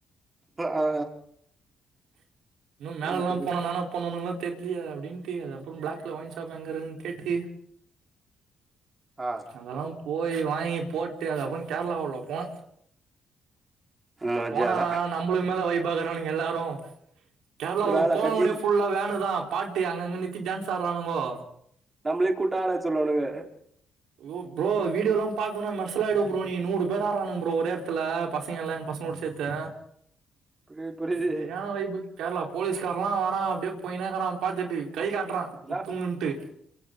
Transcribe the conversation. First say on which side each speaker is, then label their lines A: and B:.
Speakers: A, on the right; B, on the right.
A: ஆ ஆ
B: இன்னு மேலல்லா
A: புரியுது புரியுது
B: போனா என்னானா பன்னுவாங்ளோனு தெரியலயே அப்டின்ட்டு அது அப்புறோ பிளாக்ல ஒயின்ஷாப் எங்கருன் கேட்டி
A: ஆ
B: அதெல்லா போய் வாங்கி போட்டு அதுகப்புறோ கேரளா உள்ள போனோ
A: மஜா
B: போனா
A: தான்
B: நம்பளுக்கு மேல வைபா இருக்குறானுங்க எல்லாரு கேரளா உள்ள
A: வேலை
B: போனொன்னே
A: கத்தி
B: ஃபுல்லா வேனுதா பாட்டு அங்கங்க நித்தி டான்ஸ் ஆடுறானுங்கோ
A: நம்மளே கூட்டு ஆட சொல்லுவாணுங்க
B: ஓ ப்ரோ வீடியோல்லாம் பார்த்தன்னா மெர்சலா ஆய்டுவ ப்ரோ நீ நூறு பேர் ஆரானுங்க ப்ரோ ஒரே எடத்துல பசங்க எல்ல எங்க பசங்களா சேத் த்த
A: புரியுது புரியுது
B: செரியான வைபு கேரள போலீஸ்காரன்லா வரான் அப்டியே போய்னேக்கறான் பார்த்துட்டு கை காட்டுறான்
A: இல்லை
B: குத்துங்கன்ட்டு